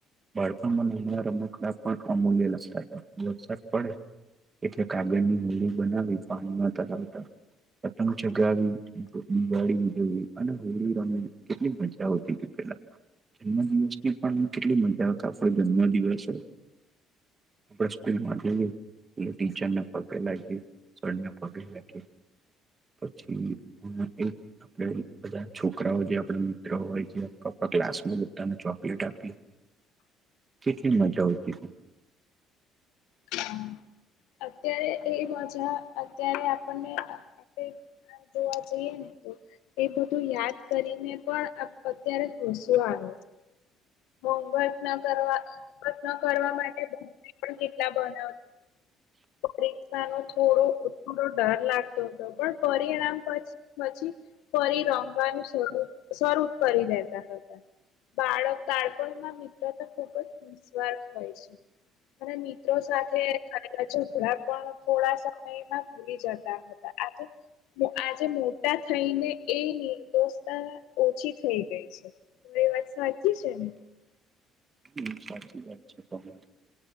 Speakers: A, on the right (about 30°); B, on the left (about 85°).
A: બાળપમાં મલેલા રમકડા પણ અમૂલ્ય લાગતા વરસાદ પડે એટલે કાગળની હોડી બનાવી પાણીમાં તરાવતા. પતંગ ચગાવી દિવાળી ઉજવવી અને હોળી રમવી કેટલી મજા આવતી. પે જન્મ દિવસ ની પણ કેટલી મજા આપડો જન્મ દિવસ આપણે સ્કૂલમાં જઈએ ટીચરને પગે લાગે સરને પગે લાગીએ પછી <inaudible> આપે <inaudible> બધા છોકરાઓ જે આપણા મિત્રો હોય જે <inaudible> ક્લાસમાં બધા ને ચોકલેટ આપી. કેટલી મજા આવતી હતી.
B: હા. અત્યારે એ મજા અત્યારે આપણને આપે આમ જોવા જઈએને તો એ બધું યાદ કરીને પણ આપ અત્યારે હસુ આવે છે. હોમવર્ક ન કરવા હોમવર્ક ન કરવા માટે પણ <inaudible> કેટલા બનાવતા. પરીક્ષાનો થોડો <inaudible> ડર લાગતો હતો, પણ પછી-પછી ફરી રમવાનું શરૂ શરૂ કરી દેતા હતા. બાળક બાળપણમાં મિત્રતા ખુબ જ નિસ્વાર્થ હોય છે. અને મિત્રો સાથે <inaudible> <inaudible> પણ થોડા સમયમાં ભૂલી જતા હતા. આજે <unintelligible> આજે મોટા થઈ ને એ નિર્દોષતા ઓછી થઈ ગઈ છે. તે વાત સાચી છે ને?
A: હતી સાચી વાત છે. <inaudible>